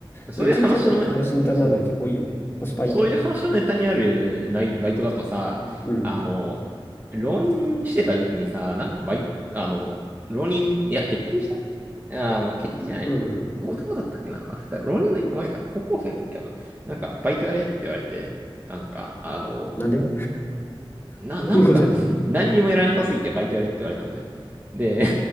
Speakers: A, on the right; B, on the left.
A: う。そういう話の、
B: と。一日やっただけで話のネタになるの結構いいよね。
A: そう。
B: コスパいいと。
A: そういう話のネタにあるないバイトだとさ、
B: うん。
A: あの、浪人してた時期にさ、なんかバイ、あの、浪人、いや、決定した時期、あの、決定じゃないな。
B: うん。
A: どう、どうだったっけな忘れた。浪人の一個前か。高校生の時かな。なんか、バイトやれって言われて、なんか、あの、
B: なんで
A: な、
B: <laughs>
A: なんか、
B: 高校生です。
A: 何にもやらなさすぎてバイトやれって言われたんだよ。で、